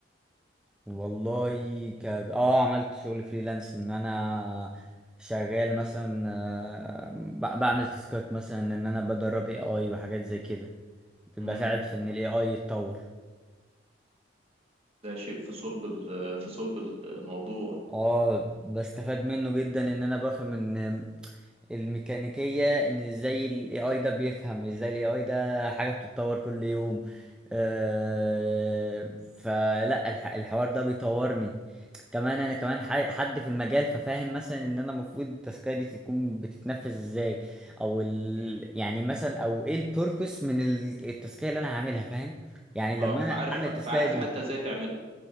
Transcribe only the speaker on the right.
امم
ده شيء في صلب ال- في صلب الموضوع
مم.
اه فعارف
فعارف
حتى ازاي تعملها